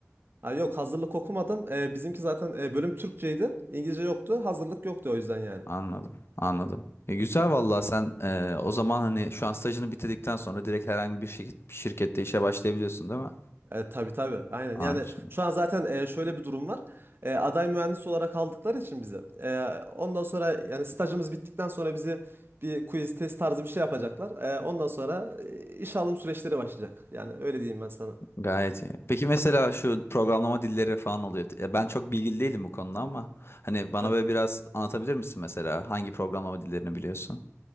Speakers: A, on the right; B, on the left.
A: Ha, yok hazırlık okumadım. Ee, bizimki zaten e, bölüm Türkçeydi. İngilizce yoktu. Hazırlık yoktu o yüzden yani.
B: Anladım, anladım. E, güzel vallahi sen e, o zaman hani şu an stajını bitirdikten sonra direkt herhangi bir şirket, bir şirkette işe başlayabiliyorsun değil mi?
A: E, tabii tabii aynen
B: Aa,
A: yani
B: ç-
A: şu an zaten e, şöyle bir durum var E, aday mühendis olarak aldıkları için bizi E, ondan sonra yani stajımız bittikten sonra bize bir quiz test tarzı bir şey yapacaklar E, ondan sonra e, iş alım süreçleri başlayacak yani öyle diyeyim ben sana
B: Gayet iyi. Peki mesela şu programlama dilleri falan oluyor. Ya ben çok bilgili değilim bu konuda ama hani bana
A: Evet.
B: böyle biraz anlatabilir misin mesela? Hangi programlama dillerini biliyorsun?